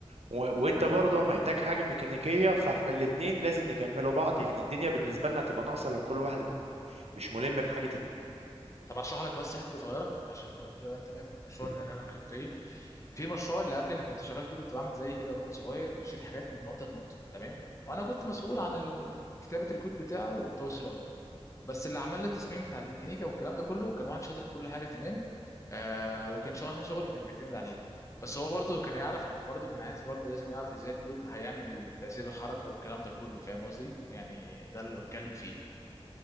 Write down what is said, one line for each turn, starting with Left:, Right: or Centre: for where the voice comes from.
Right: و... وانت برضه محتاج حاجه ميكانيكيه فاحنا الاتنين لازم نكملوا بعض يعني الدنيا بالنسبه لنا تبقى ناقصه لو كل واحد مش ملم بحاجه
Left: طب اشرح لك بس حته صغيره عشان برضه تبقى انت فاهم المشروع
Right: التاني
Left: اللي انا كنت ايه في مشروع اللي قبل انا كنت شغال بيه كنت بعمل زي كده روبوت صغير بيشيل حاجات من نقطه لنقطه تمام وانا كنت مسؤول عن ال- كتابه الكود بتاعه والتوصيلات بس اللي عمل لي التصميم بتاع الميكانيكا والكلام ده كله كان واحد شاطر في كل حاجه تمام آه وكان شرح شغلي كان بيعتمد عليه بس هو برضه كان يعرف برضه كان عايز برضه لازم يعرف ازاي الكود هيعمل تأثير الحركه والكلام ده كله فاهم قصدي يعني ده اللي بتكلم فيه